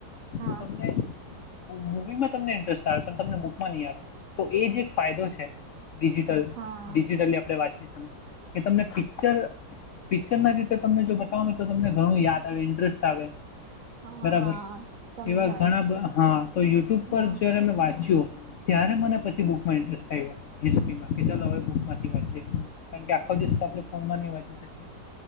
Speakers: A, on the right; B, on the left.
A: હા
B: તો તમને મૂવીમાં તમને ઇન્ટરેસ્ટ આવે પણ તમને બુકમાં નહી આવે તો એ જ એક ફાયદો છે. ડિજિટલ
A: હા
B: ડિજિટલ આપણે વાતચીતનું. કે તમને પિક્ચર પિક્ચર ના રીતે તમને જો બતાવ તો તમને ઘણું યાદ આવે ઇન્ટરેસ્ટ આવે.
A: હા
B: બરાબર
A: હા સમજાયું
B: એવા ઘણા હા તો યુટ્યુબ
A: હા
B: પર જયારે મે વાંચ્યું ત્યારે મને પછી બુક માં ઇન્ટ્રેસ્ટ આઇવો કે ચાલ હવે બુકમાંથી વાંચીએ કારણકે આખો દિવસ તો આપણે ફોનમાં ની વાંચી શકીએ.